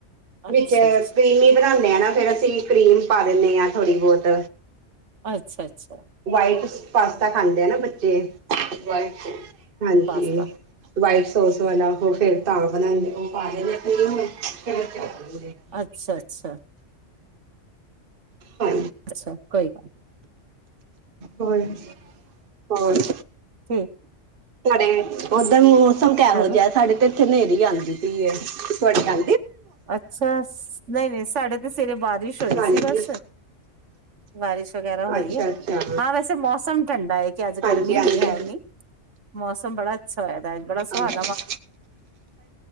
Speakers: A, on the right (about 50°); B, on the right (about 70°).
A: ਵਿੱਚ
B: ਅੱਛਾ ਅੱਛਾ
A: ਕਰੀਮੀ ਬਣਾਣੇ ਆ ਨਾ ਫੇਰ ਅਸੀਂ, ਕਰੀਮ ਪਾ ਦੇਣੇ ਆ ਥੋੜ੍ਹੀ ਬੋਤ।
B: ਅੱਛਾ-ਅੱਛਾ।
A: ਵਾਈਟ ਪਾਸਤਾ ਖਾਂਦੇ ਆ ਨਾ ਬੱਚੇ, ਵਾਈਟ, ਹਾਂਜੀ।
B: ਪਾਸਤਾ
A: ਵਾਈਟ ਸੋਸ ਵਾਲਾ, ਉਹ ਫੇਰ ਤਾਂ ਬਣਾਣੇ, ਉਹ ਪਾ ਦਿੰਨੇ ਆ ਕਰੀਮ ਚਲੋਂ <inaudible>
B: ਅੱਛਾ ਅੱਛਾ
A: ਹਾਂ
B: ਅੱਛਾ ਕੋਈ ਗੱਲ
A: ਹੋਏ ਹੋਰ?
B: ਥੇ।
A: ਤੁਹਾਡੇ, ਔਦਰ ਮੌਸਮ ਕੇਹੋ
B: ਹੈਲੋ
A: ਜਿਆ ਏ, ਸਾਡੇ ਤੇ ਏਥੇ ਨੇਰੀ ਆਂਦੀ ਪਈ ਏ, ਤੁਹਾਡੇ ਆਂ
B: ਅੱਛਾ, ਨਈ-ਨਈ ਸਾਡੇ ਤੇ ਸਵੇਰੇ ਬਾਰਿਸ਼ ਹੋਈ
A: ਹਾਂਜੀ
B: ਸੀ ਬਸ। ਬਾਰਿਸ਼ ਵਗੈਰਾ ਹੋਈ
A: ਅੱਛਾ
B: ਏ?
A: ਅੱਛਾ
B: ਹਾਂ, ਵੈਸੇ ਮੌਸਮ ਠੰਡਾ ਐ, ਕੇ ਅੱਜ
A: ਹਾਂਜੀ
B: ਗਰਮੀ
A: ਹਾਂਜੀ
B: ਨਈ ਹੈ ਇੰਨੀ, ਮੌਸਮ ਬੜਾ ਅੱਛਾ ਹੋਇਆ ਦਾ। ਬੜਾ ਸੁ
A: ਅੱਛਾ
B: ਚੱਲੇ